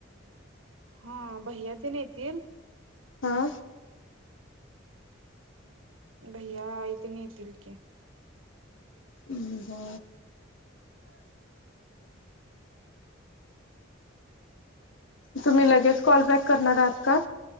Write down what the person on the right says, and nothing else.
हा भैयाचे न येतील.
भैया आई तेणी येतील की.